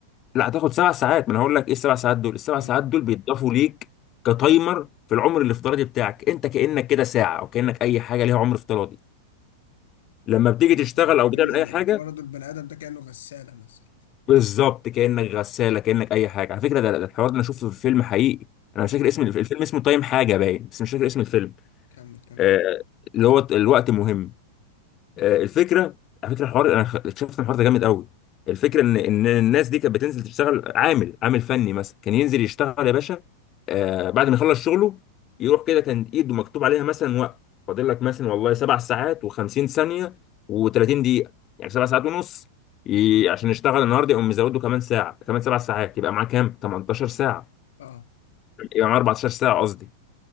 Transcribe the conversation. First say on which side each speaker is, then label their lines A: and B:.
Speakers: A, on the left; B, on the left.
A: لا هتاخد سبع ساعات ما انا هقول لك ايه السبع ساعات دول السبع
B: اه
A: ساعات دول بيتضافوا ليك كتايمر في العمر الافتراضي بتاعك انت كانك كده ساعه او كانك اي حاجه ليها عمر افتراضي لما بتيجي
B: آه، يعني
A: تشتغل او
B: فاهمني
A: بتعمل اي حاجه
B: ان فرضوا البني ادم ده كانه غساله مثلا
A: بالظبط كانك غساله كانك اي حاجه على فكره ده, ده الحوار ده انا شفته في فيلم حقيقي انا مش
B: امم
A: فاكر اسم الف- الفيلم اسمه تايم حاجه باين بس مش فاكر اسم الفيلم
B: كمل كمل
A: آه، اللي هو الوقت مهم آه، الفكره على فكره الحوار انا خ- اكتشفت إن الحوار ده جامد قوي الفكره ان ان الناس دي كانت بتنزل تشتغل عامل عامل فني مثلا كان ينزل يشتغل يا باشا آه، بعد ما يخلص شغله يروح كده كان ايده مكتوب عليها مثلا وقت فاضل لك مثلا والله سبع ساعات و50 ثانيه و30 دقيقه يعني سبع ساعات ونص ي- عشان يشتغل النهارده يقوم مزوده كمان ساعه كمان سبع ساعات يبقى معاه كام 18 ساعه
B: اه
A: يبقى معاه 14 ساعه قصدي